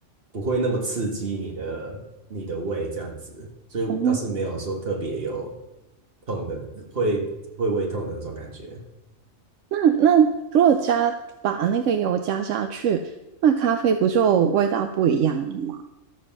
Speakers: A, on the right; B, on the right.
A: 不会那么刺激你的你的胃这样子。所以倒是没有说特别有
B: 哦，
A: 痛的，会会胃痛的那种感觉。
B: 那那如果加把那个油加下去，那咖啡不就味道不一样了吗？